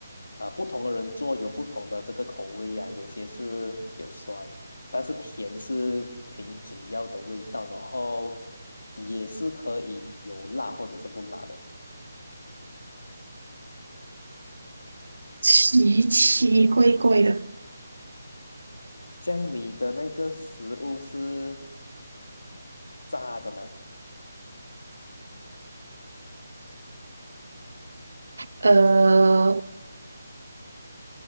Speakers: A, on the left (about 75°); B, on the right (about 75°).
A: 啊、呃不同的人做有不同的这个口味呀、有些是有酸，但是甜是挺主要的味道，然后也是可以有辣或者是不辣的。
B: 奇奇怪怪的。
A: 像你的那个食物是炸的吗？
B: 呃，